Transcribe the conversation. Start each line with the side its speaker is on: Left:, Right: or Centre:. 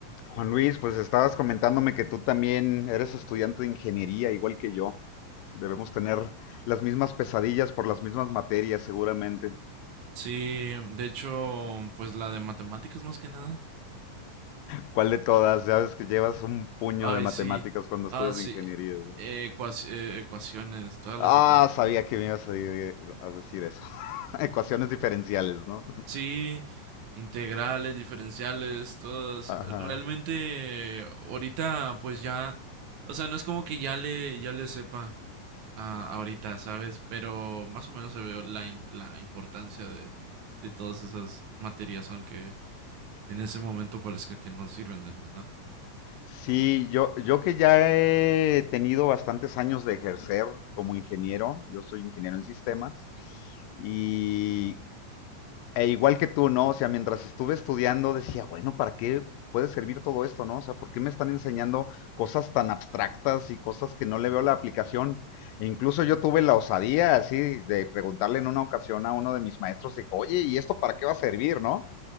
Left: Juan Luis, pues estabas comentándome que tú también eres estudiante de ingeniería, igual que yo. Debemos tener las mismas pesadillas por las mismas materias, seguramente.
Right: Sí, de hecho, pues la de matemáticas más que nada.
Left: ¿Cuál de todas? Ya ves que llevas un puño
Right: Ay,
Left: de matemáticas
Right: sí.
Left: cuando
Right: Ah,
Left: estudias
Right: sí.
Left: ingeniería. ¿no?
Right: Eh, ecuac- eh, ecuaciones, todas
Left: Ah,
Right: las ecuaciones.
Left: sabía que me ibas a di- a decir eso. <laughs> Ecuaciones diferenciales, ¿no?
Right: Sí, integrales, diferenciales, todas.
Left: Ajá.
Right: Realmente, ahorita, pues ya, o sea, no es como que ya le, ya le sepa a- ahorita, ¿sabes? Pero más o menos se ve la, im- la importancia de, de todas esas materias, aunque en ese momento parezca que no sirven de nada.
Left: Sí, yo, yo que ya he tenido bastantes años de ejercer como ingeniero, yo soy ingeniero en sistemas, y E igual que tú, ¿no? O sea, mientras estuve estudiando decía, bueno, ¿para qué puede servir todo esto, no? O sea, ¿por qué me están enseñando cosas tan abstractas y cosas que no le veo la aplicación? E incluso yo tuve la osadía así de preguntarle en una ocasión a uno de mis maestros de que, oye, ¿y esto para qué va a servir, no?